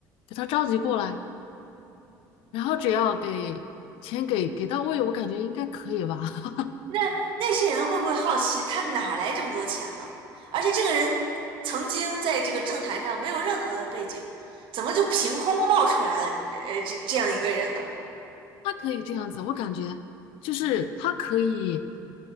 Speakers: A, on the left; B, on the right.
A: 给他召集过来，然后只要给钱给给到位，我感觉应该可以吧。<laughs>
B: 那那些人会不会好奇他哪儿来这么多钱呢？而且这个人曾经在这个政坛上没有任何的背景，怎么就凭空冒出来呃这这样一个人呢？
A: 他可以这样子，我感觉就是他可以，